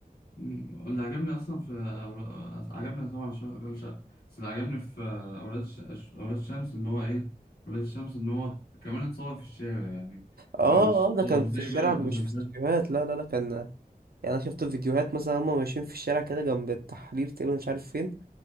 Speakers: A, on the left (about 85°); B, on the right (about 75°).
A: مم. اللي عجبني اصلا في أولا- عجبني طبعا ش- أولاد شقة بس اللي عجبني في اولاد الش- اولاد الشمس ان هو ايه اولاد الشمس ان هو كمان اتصور في الشارع يعني
B: اه
A: آه، مش
B: اه ده
A: مش
B: كان
A: زي
B: في الشارع
A: باقي المسلسلات
B: مش في استوديوهات لا لا لا كان يعني أنا شفت فيديوهات مثلا هما ماشيين في الشارع كده جنب التحرير تقريبا مش عارف فين